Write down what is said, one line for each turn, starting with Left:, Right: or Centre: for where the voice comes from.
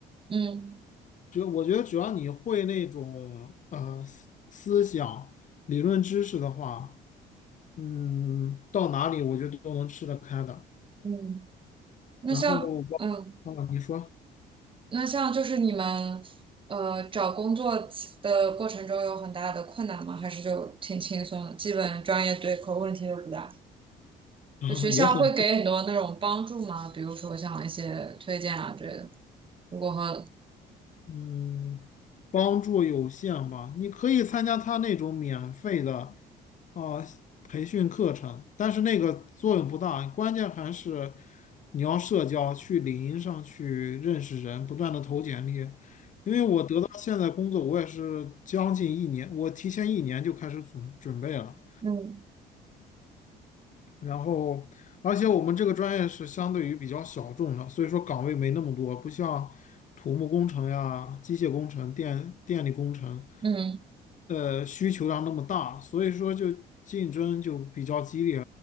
Right: 嗯。
Left: 只我觉得只要你会那种呃思思想理论知识的话，嗯，到哪里我觉得都能吃得开的。
Right: 嗯，那像嗯，
Left: 然后我啊，你说
Right: 那像就是你们呃找工作起的过程中有很大的困难吗？还是就挺轻松的，基本专业对口问题都不大。
Left: 啊，
Right: 就学校会给很多那种帮助吗？
Left: <laughs> 也很
Right: 比如说像一些推荐啊之类的。如果和
Left: 嗯，帮助有限吧。你可以参加他那种免费的啊培训课程，但是那个作用不大，关键还是你要社交，去领英上去认识人，不断的投简历。因为我得到现在工作，我也是将近一年，我提前一年就开始准准备了。
Right: 嗯
Left: 然后，而且我们这个专业是相对于比较小众的，所以说岗位没那么多，不像土木工程呀、机械工程、电电力工程，
Right: 嗯
Left: 呃，需求量那么大，所以说就竞争就比较激烈。